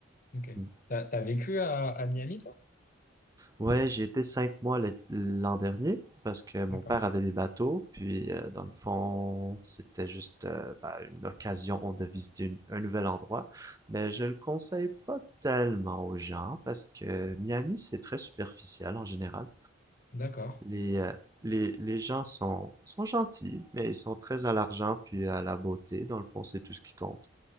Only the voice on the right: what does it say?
Mm.
Ouais, j'ai été cinq mois l'é- l'an dernier parce que mon
père avait des bateaux, puis euh, dans le fond, c'était juste euh, bah, une occasion de visiter une- un nouvel endroit. Mais je le conseille pas tellement aux gens parce que Miami, c'est très superficiel en général.
Les, euh, les, les gens sont, sont gentils, mais ils sont très à l'argent puis à la beauté. Dans le fond, c'est tout ce qui compte.